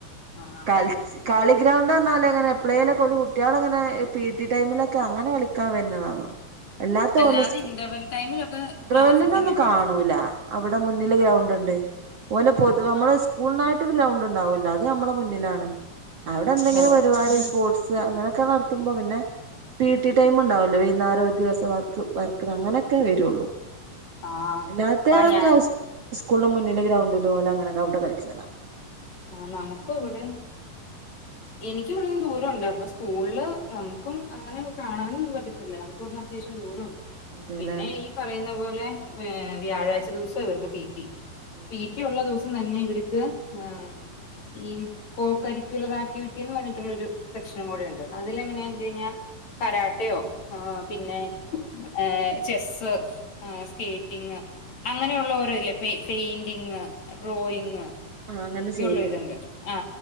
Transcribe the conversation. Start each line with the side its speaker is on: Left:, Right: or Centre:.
Left: ആഹ്
Right: കളിച്ച് കളി ഗ്രൗണ്ട് ന്നാലേ അങ്ങനെ എപളലൊ ക്കെല് കുട്ടികളിങ്ങനെ പീടി ടൈമിൽ അങ്ങനെ കളിക്കാൻ വരുന്നതാ എല്ലാത്ത
Left: അല്ലാതെ
Right: പോലെ സ്കൂ
Left: ഇന്റർവെൽ ടൈമിലൊക്കെ
Right: ഇൻട്രവെല്ലിനോന്നും
Left: ക്ലാസ്സിൽ തന്നെ കളി
Right: കാണൂല അവിടെ മുന്നില്
Left: ആഹ്
Right: ഗ്രൗണ്ട് ഉണ്ട് ഓല പൊതുവെ നമ്മള്
Left: ആഹ്
Right: സ്കൂളിനായിട്ട് സ്കൂൾനായിട്ട് ഗ്രൗണ്ട് ഉണ്ടാവല്ലോ അത് നമ്മെ മുന്നിലാണ് അവിടെ എന്തെങ്കിലും
Left: ഓ
Right: പരിപാടി സ്പോർട്സ് അങ്ങനെയൊക്കെ നടത്തുമ്പോ പിന്നെ പീടി ടൈം ണ്ടാവല്ലോ വൈകുന്നേരം ഒരു ദിവസം വർക്ക് വർക്കിനങ്ങനെക്കെ വരുള്ളൂ
Left: ആഹ്
Right: അല്ലാത്തക്കെ
Left: ആഹ് ഞാൻ
Right: സ്കൂളിന്റെ മുന്നില് ഗ്രൗണ്ടില് പോലെ അങ്ങനെെ അവിടെ കളിച്ചാ
Left: ആ നമുക്ക ഇവിടെ എനിിക്ക ഇവിടെന്നും ദൂരം ഉണ്ട അപ്പൊ സ്കൂ സ്കൂളില് നമുക്കും അങ്ങനെ കാണാനൊ ഒന്നും പറ്റത്തില്ല നമുക്കി വിടുന്ന് അത്യാവ്യം ദൂരണ്ട്
Right: അതെല്ലേ
Left: പിന്നെ ഈ പറയുന്ന പോലെ ഏർ വ്യാഴാഴ്ച ദിവസം ഇവർക്ക് പീറ്റി
Right: പി
Left: പീറ്റി
Right: ടി
Left: ഉള്ള ദിവസം തന്നെ ഇവർക്ക് ഇഹ് ഈ കോ കരിക്കുലർ ആക്ടിവിറ്റിന്ന് പറഞ്ഞിട്ടുള്ളൊരു സെക്ഷനും കൂടെ ഉണ്ട് അതില എങ്ങനെയാ
Right: അതെ
Left: ചെയ കരാാട്ടയോ ആ പിന്നെ ഏർ ചെസ്സ് ആ സ്കേറ്റിങ് അങ്ങനെയുള്ള
Right: അങ്ങനെ
Left: ഓരോ ഇല്ലെ പെയിന്റിങ് ഡ്രോയിങ്
Right: ആഹ അങ്ങനെ ചെയ്യും
Left: കേൾക്കണ്ട് ആ